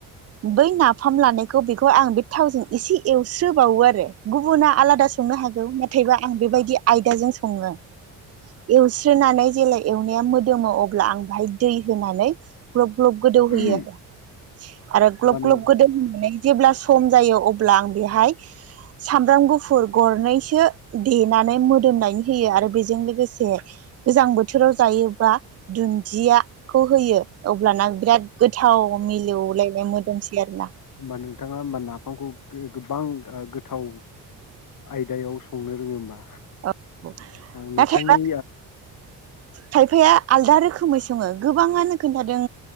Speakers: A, on the right (about 35°); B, on the left (about 50°).
A: बै नाफाम लानायखौ बेखौ आं बे थावजों एसे एवस्रोबावो आरो। गुबुना आलादा संनो हागौ नाथायबा आं बेबायदि बिदि आयदाजों सङो एवस्रोनानै जेब्ला एवनाया मोदोमो अब्ला आं बेवहाय दै होनानै ग्लब ग्लब गोदौहोयो
B: होमबा
A: आरो। आरो ग्लब
B: नों
A: ग्लब गोदौ होननानै जेब्ला सम जायो अब्ला आं बेहाय सामब्राम गुफुर गरनैसो देनानै मोदोमनायनि होयो आरो बेजों लोगोसे गोजां बोथोराव जायोबा दुन्दियाखौ होयो अब्लाना बिराद गोथाव मिलौलायनाय मोदोमसै आरो ना।
B: होमबा नोंथाङा होमबा नाफामखौ गोबां गोथाव आयदायाव संनो रोङो होमबा।
A: औ नाथाय
B: नोंथांनि
A: खायफाया आलदा रोखोमै सङो गोबाङानो खोनथादों